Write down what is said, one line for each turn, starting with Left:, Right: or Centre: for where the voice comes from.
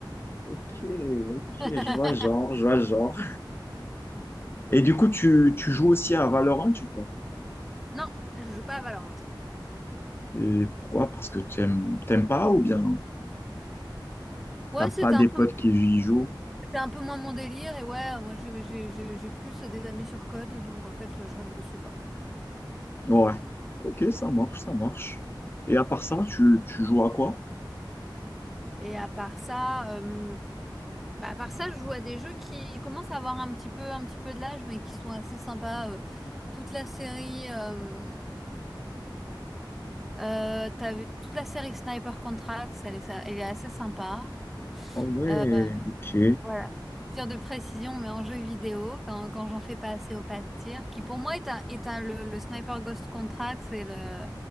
Left: Ok, ok,
Centre: <laughs>
Left: je vois le genre, je vois le genre. Et du coup, tu, tu joues aussi à Valorant ou pas?
Centre: non, je joue pas à Valorant.
Left: Et pourquoi? Parce que t'aimes, t'aimes pas ou bien
Centre: Ouais,
Left: t'as pas
Centre: c'était
Left: des
Centre: un peu,
Left: potes qui y jouent?
Centre: c'était un peu moins mon délire et ouais, euh, moi j'ai, j'ai, j'ai j'ai plus des amis sur code, donc en fait je reste dessus quoi.
Left: Ouais. Ok, ça marche, ça marche. Et à part ça, tu, tu joues à quoi?
Centre: Et à part ça. euh, Bah, à part ça, je joue à des jeux qui commencent à avoir un petit peu, un petit peu de l'âge, mais qui sont assez sympas. euh, toute la série, euh, euh, t'as vu- toute la série Sniper Contracts, elle est, sa- elle est assez sympa.
Left: Ah ouais,
Centre: Euh,
Left: ok.
Centre: voilà. Du Tir de précision, mais en jeu vidéo, quand, quand j'en fais pas assez au pas de tir, qui pour moi est un, est un- le, le Sniper Ghost Contracts, c'est le,